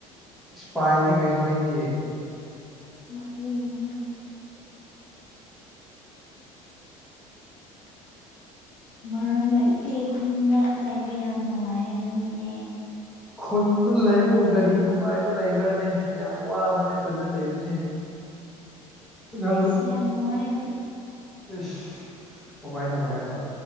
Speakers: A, in the centre; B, on the left.
A: ꯏꯁꯄꯥꯏꯗꯤ ꯀꯩꯅꯣ ꯑꯩꯗꯤ
B: ꯅꯣꯛꯅꯤꯡꯉꯦꯍꯦ ꯃꯔꯝ ꯂꯩꯇꯦ ꯈꯨꯟꯗ ꯂꯩꯕ ꯌꯥꯝ ꯅꯨꯡꯉꯥꯏ ꯑꯗꯨꯅꯦ
A: ꯈꯨꯟꯗ ꯂꯩꯕꯕꯨ ꯀꯔꯤ ꯅꯨꯡꯉꯥꯏꯕ ꯂꯩꯕ꯭ꯔꯥꯅꯦ ꯌꯥꯝ ꯋꯥꯕꯅꯦ ꯈꯨꯟꯗ ꯂꯩꯕꯁꯦ
B: <unintelligible>
A: ꯑ
B: ꯁꯤ ꯌꯥꯝ ꯅꯨꯡꯉꯥꯏ ꯑꯩꯗꯤ
A: ꯏꯁꯁ ꯀꯃꯥꯏ ꯅꯨꯡꯉꯥꯏꯕ